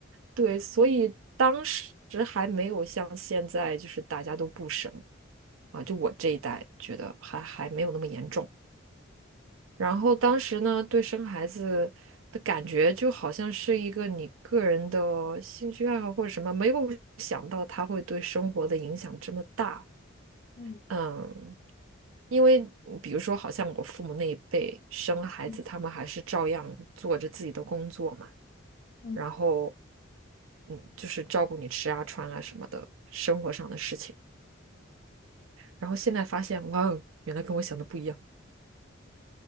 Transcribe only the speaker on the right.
对，所以当时还没有像现在，就是大家都不生啊，就我这一代觉得还还没有那么严重。
然后当时呢，对生孩子的感觉就好像是一个你个人的兴趣爱好或者什么，没有想到它会对生活的影响这么大。
嗯，因为比如说，好像我父母那一辈生了孩子，
他们还是照样做着自己的工作嘛，
然后，嗯，就是照顾你吃啊、穿啊什么的，生活上的事情。然后现在发现，哇哦，原来跟我想的不一样。